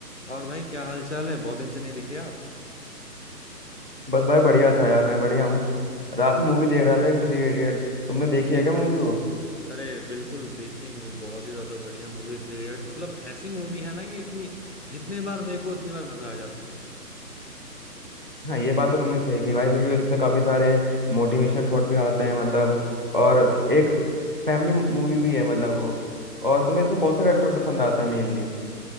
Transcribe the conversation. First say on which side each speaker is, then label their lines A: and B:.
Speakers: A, on the left (about 45°); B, on the right (about 35°).
A: और भाई क्या हाल चाल है बहुत दिन से नहीं दिखे आप
B: बस भाई बढ़िया था यार मैं बढ़िया हूँ रात में मूवी देख रहा था एक थ्री इडियट्स तुमने देखी है क्या मूवी वो
A: अरे बिल्कुल देखिए मुझे बहुत ही ज्यादा बढ़िया मूवी थ्री इडियट्स मतलब ऐसी मूवी है ना ये कि जितने बार देखो उतनी बार मजा आ जाता है
B: हाँ ये बात तो तुमने सही की भाई क्योंकि उससे काफी सारे मोटिवेशनल थॉट भी आते हैं मतलब और एक फैमिली मूवी भी है मतलब वो और तुम्हें इसमें कौन सा कैरेक्टर पसंद आता है मेनली